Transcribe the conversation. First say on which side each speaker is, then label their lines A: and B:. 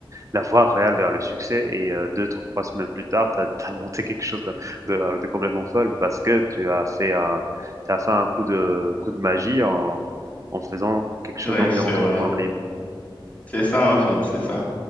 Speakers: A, on the right; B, on the left.
A: la voie réelle vers le succès, et euh, deux, trois semaines plus tard, tu as, monté quelque chose de, de, euh, de complètement folle parce que tu as fait un, tu as fait un coup de, coup de magie en, en faisant quelque chose
B: Ouais,
A: dans-
B: c'est
A: durant
B: vrai.
A: ton temps libre.
B: C'est ça, en fait, c'est ça.